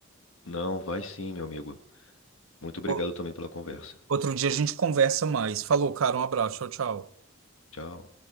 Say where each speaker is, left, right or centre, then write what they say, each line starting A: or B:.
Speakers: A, on the left; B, on the right.
A: Não, vai sim, meu amigo. Muito obrigado
B: O-
A: também pela conversa.
B: Outro dia a gente conversa mais. Falou, cara, um abraço, tchau, tchau.
A: Tchau.